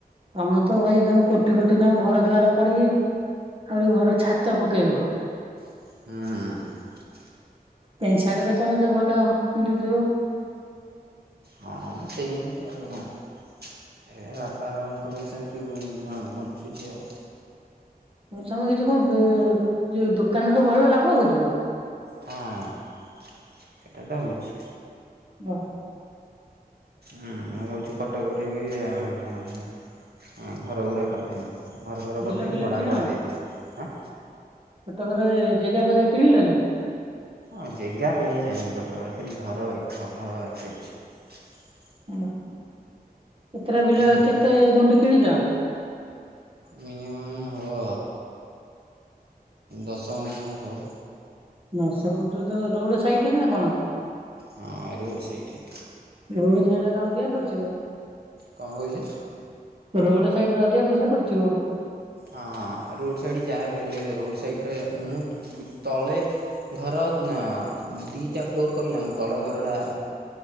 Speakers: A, on the right (about 35°); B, on the right (about 80°).
A: ତମେ ତ ଭାଇ ତମେ କୋଟି ପୋଟି ତମ ଘର ଦୁଆର କରିକି ଆହୁରି ଘର ଛାତ ପକେଇବ।
B: ହୁଁ।
A: ପେଣ୍ଟ ସାର୍ଟ ଫେରେ ତମେ ତ ଭଲ ପିନ୍ଧୁଥିବ?
B: ହଁ ମ ସେମିତି ଆଉ କଣ ଏବେ ବାପାଙ୍କ ପଇସାରେ ପିଉ ଅଁ ବଞ୍ଚୁଚି ଆଉ।
A: <unintelligible> ତମେ କିଛି କଣ ବେଁ ଯୋଉ ଦୋ କାନ ରେ ତ ଭଲ ଲାଭ ହଉଥିବ?
B: ହଁ ସେଟା ତ ହଉଚି।
A: ବାଃ।
B: ହୁଁ ମୁଁ ଭାବୁଚି କଟକରେ ବି ଆଁ ଆଁ ଘରଗୁରା କରିଦେମି। ଘରଫର
A: ବିଲ
B: କରିଦେମି
A: ଫିଲ
B: ଭଡ଼ା
A: କିଣ
B: ଫଡ଼ା ଦେଇଦେମି। ଆଁ
A: କଟକରେ ଜଗା ବଗା କିଣିଲଣି?
B: ଆଉ ଜାଗା କିଣି ସାରିଲିଣି କଟକରେ ଖାଲି ଘର ଘର ହେବା ବାକି ଅଛି।
A: <unintelligible> ଏତଟା ବିଲ
B: ହଁ
A: କେତେ ଗୁଣ୍ଠି କିଣିଛ?
B: ମିନିମମ୍ ହେବ ଦଶ ଗୁଣ୍ଠ ହେବ।
A: ଦଶ ଗୁଣ୍ଠ ତ ରୋଡ ସାଇଡରେ ନା କଣ?
B: ହଁ ରୋଡ଼ ସାଇଡ଼ରେ।
A: ରୋଡ ସାଇଡ୍ ରେ ତ ଅଧିକ ପଡ଼ିଥିବ।
B: କଣ କହିଲେ?
A: ରୋଡ ସାଇଡ୍ ରେ ଅଧିକ ପଇସା ପଡ଼ିଥିବ।
B: ହଁ ରୋଡ଼ ସାଇଡ଼୍ ଯାହା ଭିହେଲେ ରୋଡ଼ ସାଇଡ଼ରେ ମୁଁ ତଳେ ଧର ଦୁଇଟା ଫ୍ଲୋର କଲି ନା ତଳ ଘରଟା